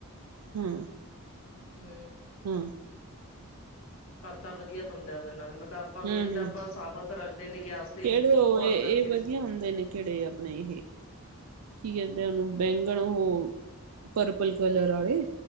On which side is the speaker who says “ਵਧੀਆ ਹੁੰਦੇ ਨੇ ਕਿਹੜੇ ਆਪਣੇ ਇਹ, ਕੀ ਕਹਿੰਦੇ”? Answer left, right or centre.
Right